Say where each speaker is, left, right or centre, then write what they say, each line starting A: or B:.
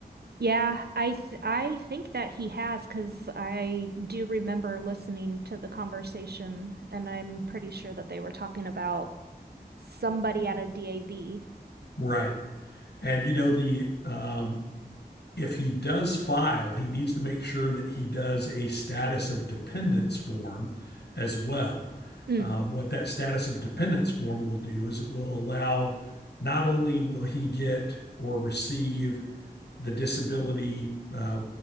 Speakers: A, on the right; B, on the left.
A: Yeah, I th I think that he has because I do remember listening to the conversation, and I'm pretty sure that they were talking about somebody at a DAV.
B: Right. And, you know, the um, if he does file, he needs to make sure that he does a status of dependence form as well.
A: Mm,
B: Um, what that status of dependence form will do is it will allow, not only will he get or receive the disability uh,